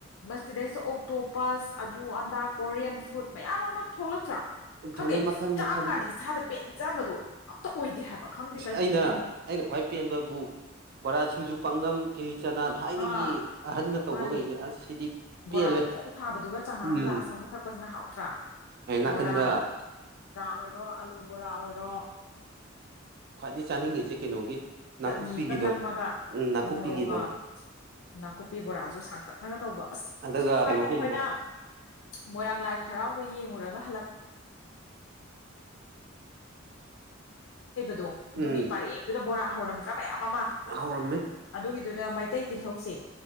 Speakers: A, on the left (about 85°); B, on the right (about 50°).
A: ꯃꯁꯤꯗꯩꯁꯤ ꯑꯣꯛꯇꯣ ꯄꯁ ꯑꯗꯨ ꯑꯟꯗꯥ ꯀꯣꯔꯤꯌꯟ ꯐꯨꯗ ꯃꯌꯥꯝ ꯑꯃ ꯊꯣꯛꯂꯛꯇ꯭ꯔꯥ ꯈꯪꯗꯦ
B: ꯊꯣꯂꯛ ꯃꯈꯜ
A: ꯆꯥꯕ
B: ꯃꯈꯜ
A: ꯀꯥꯟꯗ ꯏꯁꯥꯗ ꯄꯦꯟꯖꯕꯗꯣ ꯑꯝꯇ ꯑꯣꯏꯗꯦ ꯍꯥꯏꯕ ꯈꯪꯗꯦ ꯀꯩꯒꯤꯅꯣ
B: ꯑꯩꯅ
A: ꯈꯪꯗꯦ
B: ꯑꯩꯅ ꯈ꯭ꯋꯥꯏ ꯄꯦꯟꯕꯕꯨ ꯕꯣꯔꯥ ꯁꯤꯡꯖꯨ ꯄꯥꯛꯅꯝ ꯆꯅꯥ ꯊꯥꯏꯅꯒꯤ
A: ꯑꯥ
B: ꯑꯍꯟꯅ ꯇꯧꯕꯈꯩꯁꯦ
A: ꯃꯥꯅꯦ
B: ꯑꯁ ꯁꯤꯗꯤ
A: ꯕꯣꯔꯥ
B: ꯄꯦꯜꯂꯦ
A: ꯐꯣꯡꯐꯣꯡ ꯁꯥꯕꯗꯨꯒ ꯆꯉꯥꯡ
B: ꯎꯝ
A: <unintelligible> <unintelligible>
B: ꯑꯩ ꯅꯥꯀꯟꯗ
A: ꯕꯣꯔꯥ ꯑꯣꯏꯔꯣ ꯑꯥꯂꯨ ꯕꯣꯔꯥ ꯑꯣꯏꯔꯣ
B: ꯈ꯭ꯋꯥꯏꯗꯒꯤ ꯆꯥꯅꯤꯡꯉꯤꯁꯦ ꯀꯩꯅꯣꯒꯤ
A: ꯆꯠꯅꯤ
B: ꯅꯥꯀꯨꯞꯄꯤꯒꯤꯗꯣ
A: ꯑꯃꯒ ꯅꯝꯃꯒ
B: ꯎꯝ ꯅꯥꯀꯨꯞꯄꯤꯒꯤꯗꯣ
A: ꯃꯣꯔꯣꯛ ꯑ ꯅꯥꯀꯨꯞꯄꯤ ꯕꯣꯔꯥꯁꯨ ꯁꯥꯡꯇꯛꯅꯒ ꯇꯧꯕ ꯑꯁ
B: ꯑꯗꯨꯒ
A: ꯊꯥꯏꯅ
B: ꯀꯩꯅꯣꯒꯨꯝꯕ
A: ꯑꯩꯈꯣꯏꯅ ꯃꯣꯏꯔꯥꯡ ꯂꯥꯏ ꯍꯔꯥꯎꯕ ꯌꯦꯡꯉꯨꯔꯒ <unintelligible> ꯑꯗꯨꯒꯤ
B: ꯎꯝ
A: ꯄꯔꯑꯦ ꯑꯗꯨꯗ ꯕꯣꯔꯥ ꯍꯧꯔꯝꯗ꯭ꯔꯥ ꯃꯌꯥꯝ ꯑꯃ
B: ꯍꯧꯔꯝꯃꯤ
A: ꯑꯗꯨꯒꯤ ꯃꯇꯩ ꯇꯤꯜꯍꯧꯁꯦ